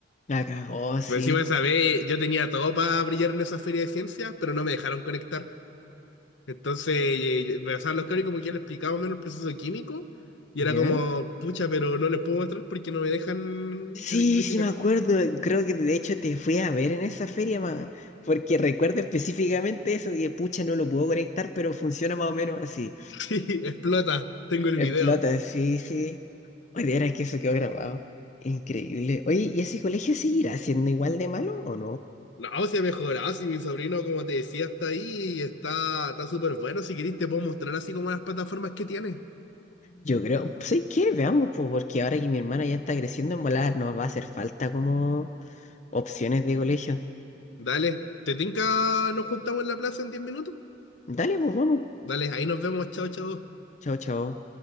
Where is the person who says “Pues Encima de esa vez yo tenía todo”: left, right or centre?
Left